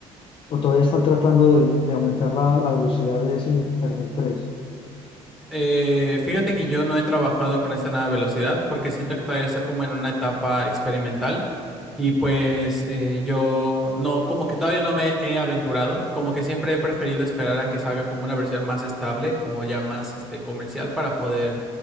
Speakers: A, on the left; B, in the centre.
A: o todavía están tratando de, de aumentar la, la velocidad de ese Internet tres
B: Eh, fíjate que yo no he trabajado con esta nueva velocidad porque siento que todavía está como en una etapa experimental y pues eh, yo no, como que todavía no me he aventurado, como que siempre he preferido esperar a que salga como una versión más estable, como ya más este comercial para poder